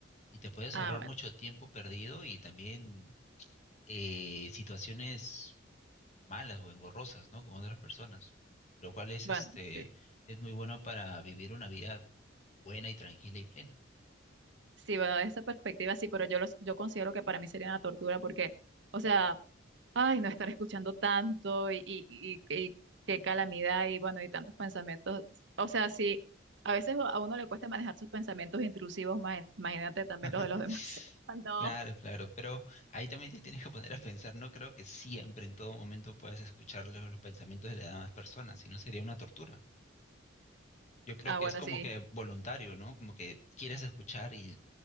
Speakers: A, on the left; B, on the right.
A: y te puedes
B: Ah,
A: ahorrar
B: bueno,
A: mucho tiempo perdido y también eh, situaciones malas o engorrosas, ¿no? Con otras personas, lo cual es,
B: bueno,
A: este,
B: sí.
A: es muy bueno para vivir una vida buena y tranquila y plena.
B: Sí, bueno, de esa perspectiva sí, pero yo los, yo considero que para mí sería una tortura porque, o sea, ay, no estar escuchando tanto y, y, y- y qué calamidad y bueno, y tantos pensamientos. O sea, sí, a veces a uno le cuesta manejar sus pensamientos intrusivos, ma- imagínate también
A: <laughs>
B: los de los demás. <laughs> Ah, No.
A: Claro, claro, pero ahí también te tienes que poner a pensar, no creo que siempre, en todo momento, puedas escuchar lo- los pensamientos de las demás personas, si no sería una tortura. Yo creo
B: Ah,
A: que
B: bueno,
A: es como
B: sí.
A: que voluntario, ¿no? Como que quieres escuchar y,